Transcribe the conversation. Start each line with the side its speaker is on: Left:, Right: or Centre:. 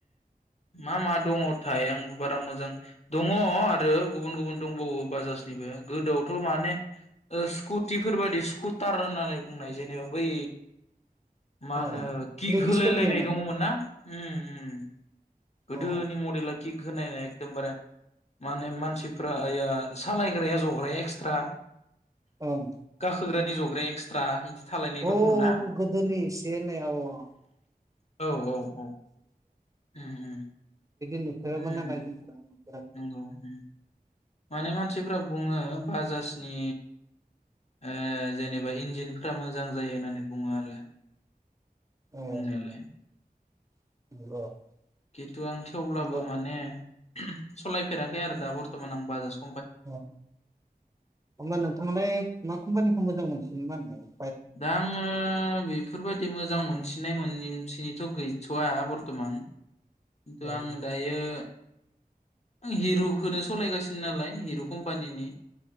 Left: मा मा दंङथाय आं बारा मोजां दंङ आरो गुबुन गुबुन दंबावो बाजाजनिबो गोदोआवथ माने ओ स्कुटिफोर बादि स्कुटार होननानै बुंनाय जेनेबा बै मानो
Right: अ
Left: खिक
Right: लेडिसफोरनिया
Left: रायलायनाय
Right: नामा
Left: दङमोन ना उम उम <inaudible> गोदोनि
Right: औ
Left: मडेला किक होनायनाय एकदमबारे माने मानसिफ्रा ऐया सालायग्राया जग्राया एक्सट्रा
Right: ओं
Left: गाखोग्रा जग्राया एक्सट्रा इदि थालायनाय
Right: अ
Left: दङमोन ना
Right: गोदोनि एसे ओननाया अ
Left: औ औ औ उम उम।
Right: <unintelligible>
Left: उम नंगौ उम। माने मानसिफ्रा बुङो बाजासनि ओ जेनेबा इन्जिनफोरा मोजां जायो होननानै बुङो आरो
Right: ए
Left: बुंनायालाय।
Right: <unintelligible>
Left: किर तु आं थेवब्लाबो
Right: होमबा
Left: माने सलायफेराखै आरो दा बर्टमान आं बाजाजखौ।
Right: अ होमबा नोंथाङालाय मा कम्पानिखौ मोजां मोनसिन <unintelligible>
Left: दा आङो बेफोरबादि मोजां मोनसिननाय मोनि थिनिथ' गैथ'वा बरत'मान। तु
Right: औ
Left: आं दायो आं हिरुखोनो सलायगासिनो नालाय हिरु कम्पानिनि।